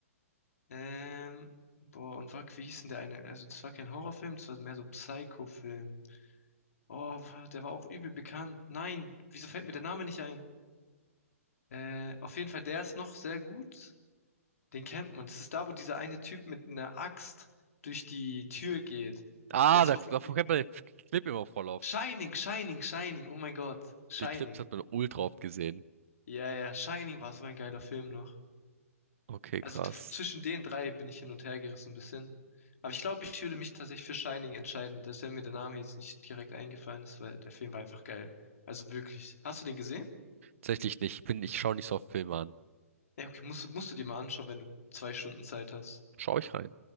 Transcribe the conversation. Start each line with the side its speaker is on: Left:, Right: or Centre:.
Left: ähm, boah, und war, wie hieß denn der eine? Also das war kein Horrorfilm, das war mehr so Psycho-Film. Oh, wa- der war auch übel bekannt. Nein, wieso fällt mir der Name nicht ein? Äh, auf jeden Fall, der ist noch sehr gut. Den kennt man. Das ist da, wo dieser eine Typ mit einer Axt durch die Tür geht.
Right: Ah,
Left: Der ist
Right: da,
Left: auch
Right: davon
Left: richtig.
Right: kennt man den Clip immer voll oft.
Left: Shining, Shining, Shining. Oh mein Gott. Shining.
Right: Die Clips hat man ultra oft gesehen.
Left: Ja, ja, Shining war so ein geiler Film noch.
Right: Okay,
Left: Also
Right: krass.
Left: d- zwischen den drei bin ich hin und her gerissen ein bisschen. Aber ich glaube, ich würde mich tatsächlich für Shining entscheiden, dass mir der Name jetzt nicht direkt eingefallen ist, weil der Film war einfach geil. Also wirklich. Hast du den gesehen?
Right: Tatsächlich nicht. Ich bin, ich schaue nicht so oft Filme an.
Left: Ja, okay, musst, du- musst du dir mal anschauen, wenn du zwei Stunden Zeit hast.
Right: Schau ich rein.